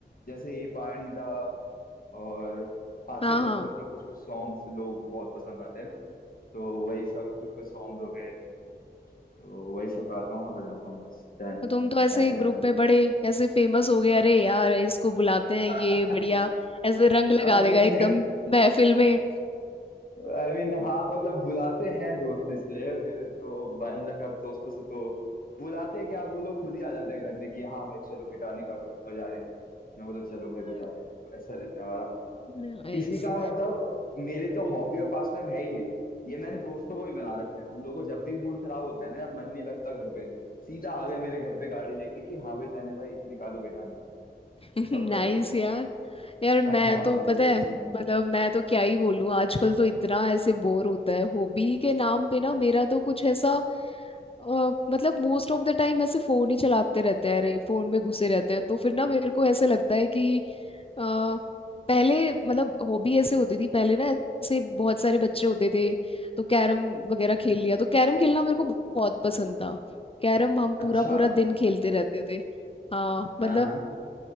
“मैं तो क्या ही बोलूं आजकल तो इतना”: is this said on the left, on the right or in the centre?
Left